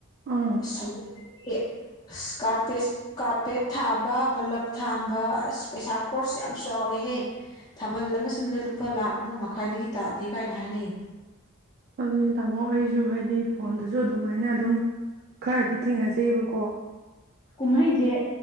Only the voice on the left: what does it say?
ꯑꯁ <unintelligible> ꯑꯁ ꯀꯥꯔꯄꯦꯖ ꯀꯥꯔꯄꯦꯠ ꯊꯥꯕ ꯕꯂꯞ ꯊꯥꯟꯕ ꯑꯁ ꯄꯩꯁꯥ ꯈꯣꯔꯁ ꯌꯥꯝ ꯆꯥꯎꯔꯦꯍꯦ ꯊꯥꯕꯜ ꯑꯃ ꯁꯤꯟꯕꯗ ꯂꯨꯄꯥ ꯂꯥꯛ ꯑꯃ ꯃ ꯈꯥꯏꯗꯒꯤ ꯇꯥꯗꯦ ꯀꯥꯏꯅ ꯍꯥꯏꯅꯩ
ꯀꯨꯝꯍꯩꯁꯦ